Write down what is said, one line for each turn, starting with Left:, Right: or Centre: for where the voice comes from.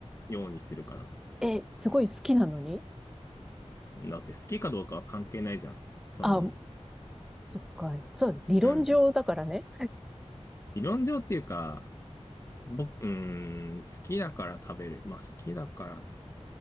Left: ようにするかな。
Centre: え、すごい好きなのに
Left: だって好きかどうかは関係ないじゃん。その、
Centre: あ、そっか、そう、理論上だからね。
Left: うん。理論上っていうか、僕、うん、好きだから食べる。まあ、好きだからと、